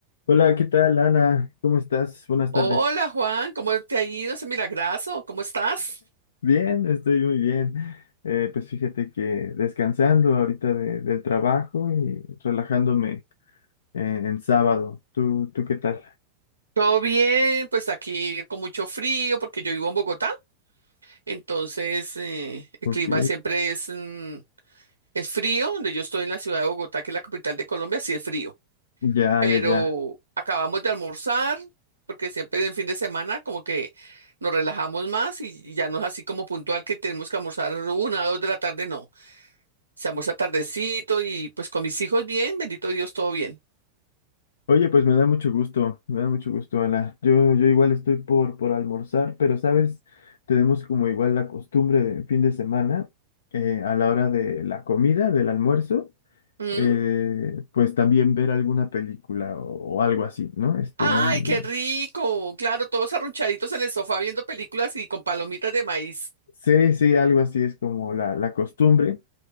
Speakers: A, on the left (about 65°); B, on the right (about 75°).
A: Hola, ¿qué tal, Ana? ¿Cómo estás? Buenas tardes.
B: Hola Juan, ¿cómo te ha ido ese milagrazo? ¿Cómo estás?
A: Bien, estoy muy bien. Eh, pues fíjate que descansando ahorita de- del trabajo y relajándome eh, en sábado. ¿Tú, tú qué tal?
B: Todo bien, pues aquí con mucho frío porque yo vivo en Bogotá, entonces eh, el
A: Ok,
B: clima siempre es, mm, es frío, donde yo estoy en la ciudad de Bogotá, que es la capital de Colombia, sí es frío,
A: ya,
B: pero
A: ya, ya.
B: acabamos de almorzar porque siempre en fin de semana como que nos relajamos más y ya no es así como puntual que tenemos que almorzar una o dos de la tarde, no. Se almuerza tardecito y pues con mis hijos bien, bendito Dios, todo bien.
A: Oye, pues me da mucho gusto, me da mucho gusto, Ana. Yo, yo igual estoy por, por almorzar, pero sabes, tenemos como igual la costumbre de fin de semana, eh, a la hora de la comida, del almuerzo.
B: ¿Mm?
A: eh, pues también ver alguna película o, o algo así, ¿no? Este,
B: Ay,
A: mm,
B: qué rico. Claro, todos arrunchaditos en el sofá viendo películas y con palomitas de maíz.
A: sí, sí, algo así es como la, la costumbre.